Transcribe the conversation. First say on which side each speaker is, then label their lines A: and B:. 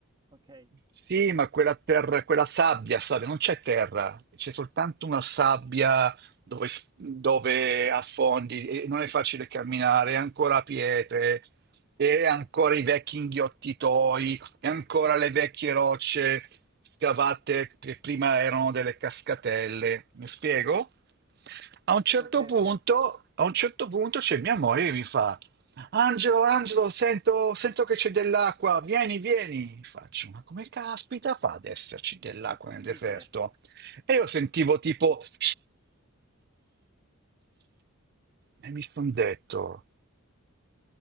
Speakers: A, on the right (about 25°); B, on the right (about 50°).
A: Ok.
B: Sì, ma quella, terra, quella sabbia, sabbia, non c'è terra, c'è soltanto una sabbia dove, dove affondi e non è facile camminare, è ancora pietre, e ancora i vecchi inghiottitoi, e ancora le vecchie rocce scavate che prima erano delle cascatelle. Mi spiego? A un certo
A: Ok,
B: punto,
A: ok.
B: a un certo punto c'è mia moglie che mi fa, Angelo, Angelo, sento, sento che c'è dell'acqua, vieni, vieni. Faccio, ma come caspita fa ad esserci dell'acqua
A: Com'è possibile?
B: nel deserto? E io sentivo tipo... <sniffs> E mi sono detto,